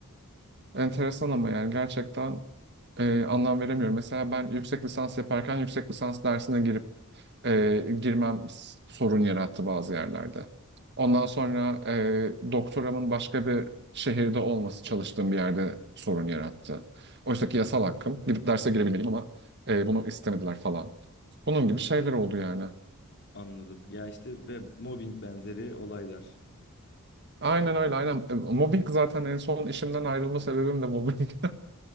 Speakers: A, on the right (about 55°); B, on the left (about 55°).
A: Enteresan ama yani gerçekten eee, anlam veremiyorum. Mesela ben yüksek lisans yaparken yüksek lisans dersine girip eee, girmem s- sorun yarattı bazı yerlerde. Ondan sonra eee, doktoramın başka bir şehirde olması çalıştığım bir yerde sorun yarattı. Oysa ki yasal hakkım. Gidip derse girebilmeliyim ama eee, bunu istemediler falan. Bunun gibi şeyler oldu yani.
B: anladım. Ya işte ve mobbing benzeri olaylar.
A: Aynen öyle aynen. E, Mobbing zaten en son işimden ayrılma sebebim de mobbing.